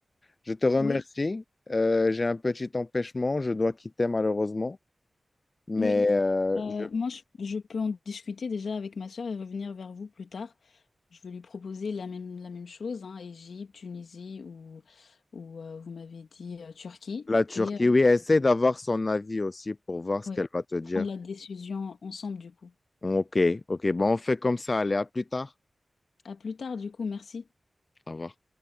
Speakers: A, on the left (about 35°); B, on the left (about 80°).
A: Je te remercie.
B: Oui.
A: Euh, j'ai un petit empêchement, je dois quitter malheureusement, mais
B: Oui,
A: euh,
B: Euh,
A: je-
B: moi, je, je peux en discuter déjà avec ma sœur et revenir vers vous plus tard. Je vais lui proposer la même, la même chose, hein, Égypte, Tunisie ou, ou euh, vous m'avez dit euh, Turquie.
A: la Turquie,
B: Et euh,
A: oui, essaie d'avoir son avis aussi pour voir ce
B: oui,
A: qu'elle va te dire.
B: prendre la décision ensemble du coup.
A: Ok, ok. Bon, on fait comme ça. Allez, à plus tard.
B: À plus tard du coup, merci.
A: Au revoir.